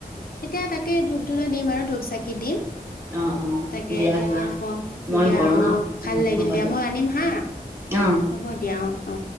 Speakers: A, on the left; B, on the right.
A: এতিয়া তাকে ধূপ ধূনা দিম আৰু ধূপ চাকি দি।
B: অ অ
A: তাকে
B: দিয়া
A: এতিয়া
B: যোৱা
A: আক
B: ময়ো
A: দিয়া
B: কৰো ন
A: অ ভাল
B: উম
A: লাগিল
B: হ'ব
A: দিয়া মই আনিম হা
B: উম অ
A: হ'ব দিয়া অ। অ।